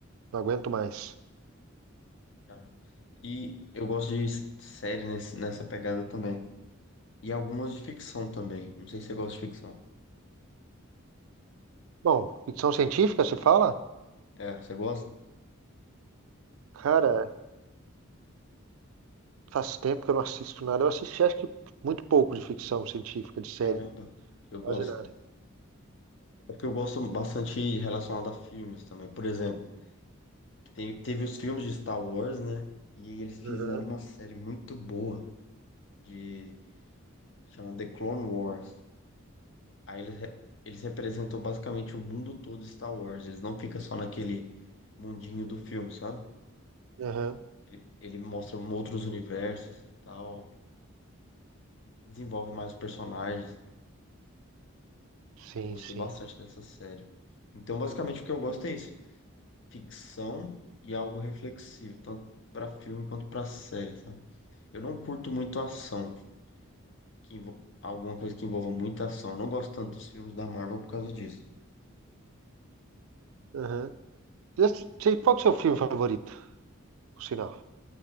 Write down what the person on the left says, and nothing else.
cara. E eu gosto de s- série nesse, nessa pegada também. E algumas de ficção também. Não sei se você gosta de ficção.
É, você gosta?
Caramba, eu
gosto,
cara. É porque eu gosto bastante relacionado a filmes também. Por exemplo, tem- teve os filmes de Star Wars, né? E eles fizeram
uma série muito boa de... Chama The Clone Wars. Aí eles, re- eles representam basicamente o mundo todo de Star Wars. Eles não ficam só naquele mundinho do filme, sabe?
Ele, ele mostra um outros universos e tal. Desenvolve mais personagens.
Eu gostei
bastante dessa série. Então, basicamente, o que eu gosto é isso. Ficção e algo reflexivo, tanto pra filme quanto pra série, sabe? Eu não curto muito ação, que envol- alguma coisa que envolva muita ação. Eu não gosto tanto dos filmes da Marvel por causa disso.